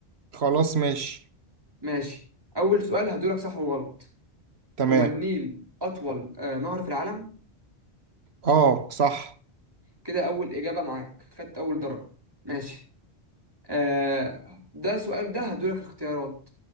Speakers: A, on the right (about 70°); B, on the right (about 20°).
A: خلاص ماشي
B: ماشي أول سؤال هدولك صح وغلط
A: تمام
B: هو النيل أطول آه نهر في العالم
A: اه صح
B: كده أول إجابة معاك خدت أول درجة ماشي آه ده سؤال ده هدولك اختيارات